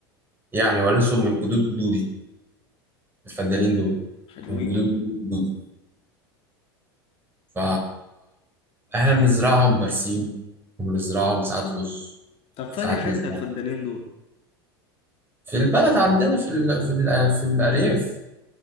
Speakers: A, on the right (about 15°); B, on the left (about 50°).
A: يعني وارثهم من جدود جدودي الفدانين دول
B: حلوين
A: من جدود جدود جدودي ف احنا بنزرعهم برسيم وبنزرعهم ساعات رز
B: طب
A: ساعات
B: فين حتة
A: نزرعهم
B: الفدانين دول؟
A: في البلد عندنا في ال... في ال... في الارياف